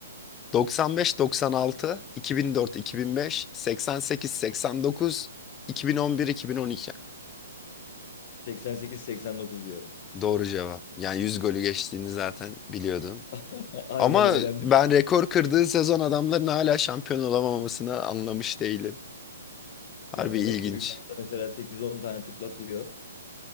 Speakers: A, on the left; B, on the left.
A: 95, 96, 2004, 2005, 88, 89, 2011, 2012.
B: 88-89 diyorum.
A: Doğru cevap. Yani 100 golü geçtiğini zaten biliyordun.
B: <laughs> Aynen
A: Ama
B: öğrendim.
A: ben rekor kırdığı sezon adamların hala şampiyon olamamasını anlamış değilim.
B: Ya
A: Harbi
B: demek
A: ilginç
B: ki bir maçta mesela 8-10 tane tıklatıyor.